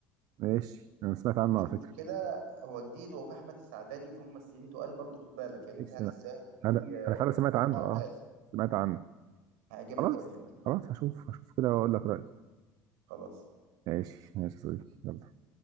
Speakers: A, on the right; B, on the right.
A: ماشي انا سمعت عنه
B: شوفوا
A: على فكره
B: كده هو جديد وهو في احمد السعداني وفي ممثلين تقال برضو خد بالك يعني
A: ماشي
B: في هنا
A: انا
B: الزاهد في
A: انا
B: آه،
A: انا فعلا سمعت
B: مجموعه
A: عنه اه
B: تقال
A: سمعت عنه
B: هيعجبك
A: خلاص
B: اول فيلم
A: خلاص هشوف هشوف كده واقول لك رايي
B: خلاص
A: ماشي ماشي يا صديقي يلا